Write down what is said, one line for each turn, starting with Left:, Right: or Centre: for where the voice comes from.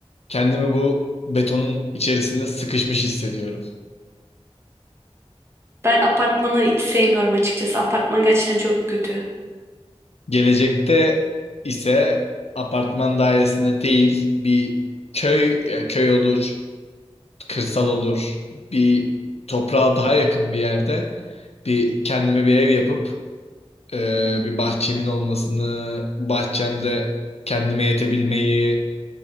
Left: kendimi bu betonun içerisinde sıkışmış hissediyorum.
Right: Ben apartmanı hiç sevmiyorum açıkçası. Apartman gerçekten çok kötü.
Left: Gelecekte ise apartman dairesinde değil bir köy ya köy olur, kırsal olur, bir toprağa daha yakın bir yerde bir kendime bir ev yapıp e, bir bahçemin olmasını, bahçemde kendime yetebilmeyi